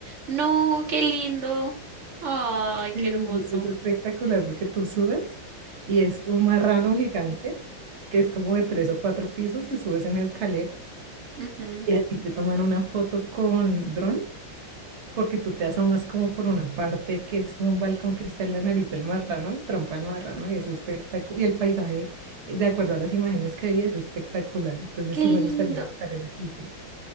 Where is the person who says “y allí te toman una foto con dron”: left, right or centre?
Right